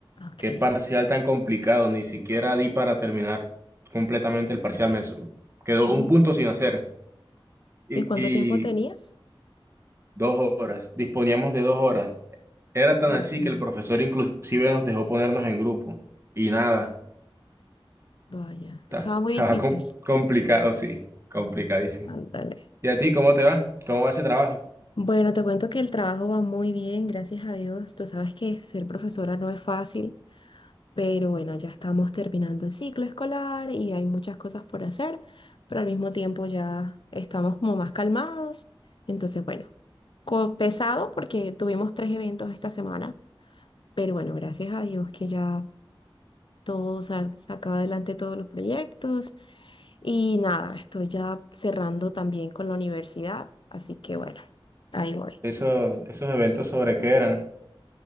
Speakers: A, on the left; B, on the right.
A: Ok.
B: Qué parcial tan complicado, ni siquiera di para terminar completamente el parcial. Me su- quedó
A: Uy,
B: un punto sin hacer y,
A: ¿Y cuánto
B: y
A: tiempo tenías?
B: dos horas, disponíamos de dos horas. Era tan
A: Ujú.
B: así que el profesor inclusive nos dejó ponernos en grupo y nada,
A: Vaya,
B: ta-
A: estaba muy
B: <laughs> estaba
A: difícil.
B: com- complicado, sí, complicadísimo.
A: Ándale.
B: ¿Y a ti cómo te va? ¿Cómo va ese trabajo?
A: Bueno, te cuento que el trabajo va muy bien, gracias a Dios. Tú sabes que ser profesora no es fácil. Pero bueno, ya estamos terminando el ciclo escolar y hay muchas cosas por hacer, pero al mismo tiempo ya estamos como más calmados. Entonces, bueno, co- pesado porque tuvimos tres eventos esta semana, pero bueno, gracias a Dios que ya todo sa- saca adelante todos los proyectos y nada, estoy ya cerrando también con la universidad, así que bueno, ahí voy.
B: Esos, esos eventos sobre qué eran.